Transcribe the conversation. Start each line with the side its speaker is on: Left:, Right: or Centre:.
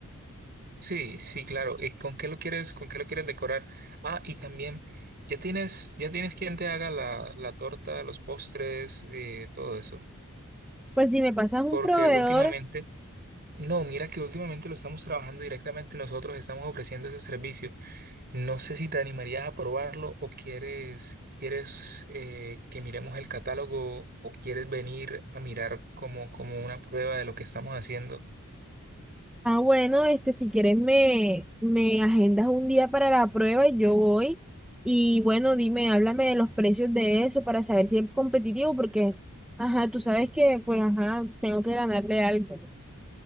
Right: sí, sí, claro. ¿Y con qué lo quieres, con qué lo quieres decorar? Ah, y también, ¿ya tienes, ya tienes quien te haga la, la torta, los postres, eh, todo eso?
Centre: Pues si me pasas un
Right: Porque
Centre: proveedor,
Right: últimamente, no, mira que últimamente lo estamos trabajando directamente nosotros, estamos ofreciendo ese servicio. No sé si te animarías a probarlo o quieres, quieres eh, que miremos el catálogo o quieres venir a mirar como, como una prueba de lo que estamos haciendo.
Centre: ah, bueno, este, si quieres me, me agendas un día para la prueba y yo voy. Y bueno, dime, háblame de los precios de eso para saber si es competitivo, porque, ajá, tú sabes que, pues, ajá, tengo que ganarle algo.